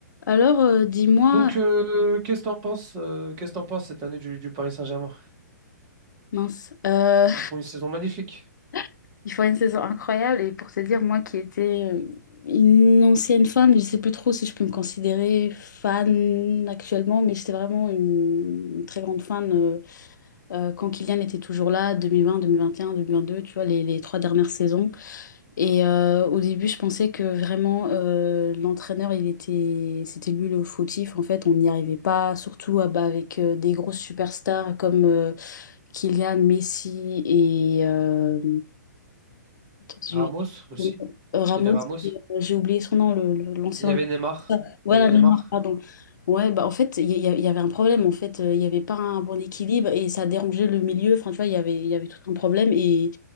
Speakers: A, on the left; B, on the right.
A: Alors, euh, dis-moi,
B: Donc, euh, qu'est-ce que t'en penses, euh, qu'est-ce que t'en penses cette année du, du Paris Saint-Germain?
A: mince, euh,
B: Ils font une saison magnifique.
A: <laughs> il faut une saison incroyable et pour te dire, moi qui étais euh, une ancienne fan, je sais plus trop si je peux me considérer fan actuellement, mais j'étais vraiment une très grande fan euh, euh, quand Kylian était toujours là, 2020, 2021, 2022, tu vois, les, les trois dernières saisons. Et euh, au début, je pensais que vraiment euh, l'entraîneur, il était, c'était lui le fautif. En fait, on n'y arrivait pas, surtout ah bah, avec euh, des grosses superstars comme euh, Kylian Messi et euh, j'ai-
B: Ramos aussi.
A: j'ai- euh, Ramos,
B: Il y avait Ramos.
A: et, euh, j'ai oublié son nom, le, le- l'ancien.
B: Il y avait Neymar.
A: joueur. Voilà,
B: Il y avait Neymar.
A: Neymar, pardon. Ouais, bah en fait, il y, il y a- il y avait un problème. En fait, euh, il n'y avait pas un bon équilibre et ça dérangeait le milieu. Enfin, tu vois, il y avait, il y avait tout un problème. Et,